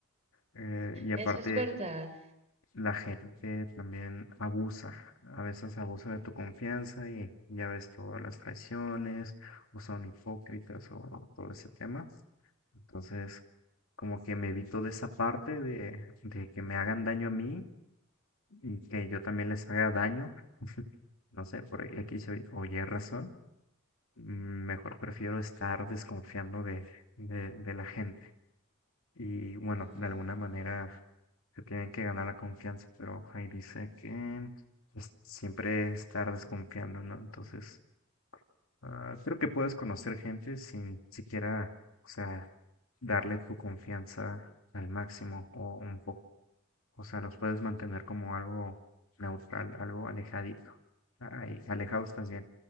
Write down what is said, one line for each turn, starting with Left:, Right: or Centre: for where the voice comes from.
Left: eh, y aparte
Right: Eso es verdad.
Left: la gente también abusa, a veces abusa de tu confianza y ya ves todas las traiciones, o son hipócritas, o bueno, todo ese tema. Entonces, como que me evito de esa parte de, de que me hagan daño a mí y que yo también les haga daño, <laughs> no sé, por X o Y o Y razón. mm, Mejor prefiero estar desconfiando de, de, de la gente. Y bueno,
Right: Mm.
Left: de alguna manera se tienen que ganar la confianza, pero ahí dice que pues, siempre estar desconfiando, ¿no? Entonces, ah, creo que puedes conocer gente sin siquiera, o sea, darle tu confianza al máximo o un poco. O sea, los puedes mantener como algo neutral, algo alejadito. Ahí, alejados estás bien.